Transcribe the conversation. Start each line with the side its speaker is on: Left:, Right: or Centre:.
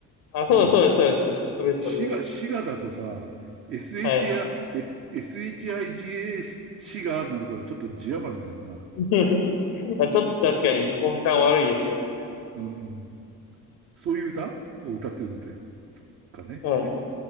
Left: あ、そうですそうです、
Right: でも
Left: そうです、そうです。それです、それです。
Right: 滋賀、滋賀だとさ、SHI、
Left: はい。
Right: S、h i g a 滋賀になるからちょっと字余りになるな。
Left: <laughs> まあ、ちょっと確かに音感悪いですよね。
Right: うん。そういう歌を歌ってるんで、すっかね。
Left: うん。い